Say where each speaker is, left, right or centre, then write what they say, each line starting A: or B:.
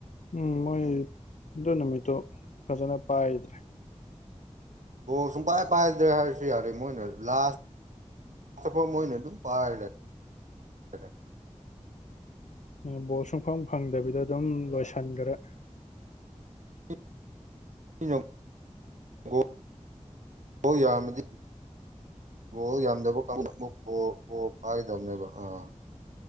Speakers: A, on the left (about 75°); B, on the right (about 80°).
A: ꯎꯝ ꯃꯣꯏ ꯑꯗꯨ ꯅꯨꯃꯤꯠꯇꯣ ꯐꯖꯅ ꯄꯥꯏꯗ꯭ꯔꯦ
B: ꯕꯣꯜ ꯁꯨꯛꯄꯥꯏ ꯄꯥꯏꯗ꯭ꯔꯦ ꯍꯥꯏꯔꯁꯨ ꯌꯥꯔꯦ ꯃꯣꯏꯅ ꯂꯥꯁ ꯇꯀꯣ ꯃꯣꯏꯅ ꯑꯗꯨꯝ ꯄꯥꯏ ꯂꯩꯒ꯭ꯔꯦ
A: ꯃꯣꯏ ꯕꯣꯜ ꯁꯨꯡꯐꯪ ꯐꯪꯗꯕꯤꯗ ꯗꯨꯝ ꯂꯣꯏꯁꯟꯒ꯭ꯔꯦ
B: ꯂꯩ <inaudible> ꯌꯥꯝꯃꯗꯤ ꯕꯣꯜ ꯌꯥꯝꯗꯕ ꯀꯥꯡꯕꯨꯅ ꯑꯃꯨꯛ ꯕꯣꯜ ꯕꯣꯜ ꯄꯥꯏꯒꯗ꯭ꯕꯅꯦꯕ ꯑꯥ